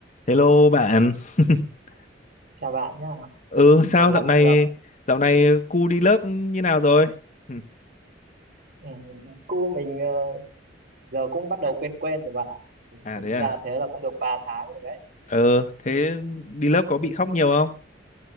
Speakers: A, on the left; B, on the right.
A: Hello bạn. <laughs>
B: Chào bạn nhá,
A: Ừ sao
B: lâu lắm
A: dạo này
B: không gặp.
A: dạo này cu đi lớp như nào rồi? <laughs>
B: Ừ, cu mình ờ, giờ cũng bắt đầu quen quen rồi bạn ạ. Ừ,
A: À
B: Tính
A: thế à.
B: ra thế là cũng được 3 tháng rồi đấy.
A: Ờ thế đi lớp có bị khóc nhiều không?